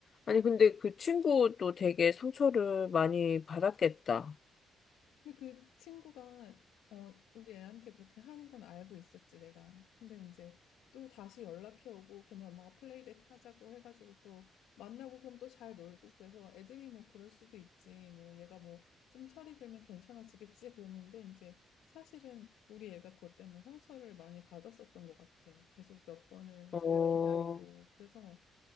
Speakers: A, on the left (about 45°); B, on the left (about 90°).
A: 아니 근데 그 친구도 되게 상처를 많이 받았겠다.
B: 근데 그 친구가 어 우리 애한테 그렇게 하는 건 알고 있었지 내가. 근데 이제 또 다시 연락해 오고 걔네 엄마가 플레이데이트 하자고 해가지고 또 만나고 그럼 또 잘 놀고 그래서 애들이 뭐 그럴 수도 있지 뭐 얘가 뭐 좀 철이 들면 괜찮아지겠지 그랬는데 이제 사실은 우리 애가 그것 때문에 상처를 많이 받았었던 것 같아. 계속 몇 번을
A: 어,
B: 자기가 기다리고 그래서